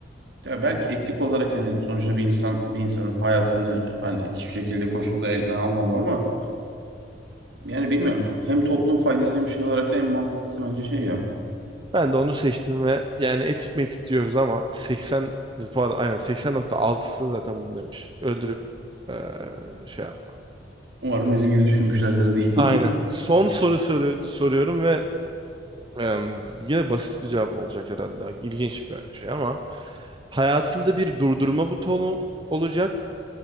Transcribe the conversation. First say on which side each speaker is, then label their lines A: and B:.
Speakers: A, on the right; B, on the right.
A: ya belki etik olarak hani sonuçta bir insan bir insanın hayatını hani hiçbir şekilde koşulda eline almamalı ama yani bilmiyorum. Hem toplum faydası hem şey olarak da en mantıklısı bence şey ya.
B: Ben de onu seçtim ve yani etik metik diyoruz ama 80 pardon aynen 80.6'sı zaten bunu demiş. Öldürüp eee, şey yap.
A: Umarım bizim gibi düşünmüşlerdir diye.
B: Aynen.
A: <laughs>
B: Son soru soru- soruyorum ve em, yine basit bir cevap olacak herhalde. İlginç bir şey ama hayatında bir durdurma butonu olacak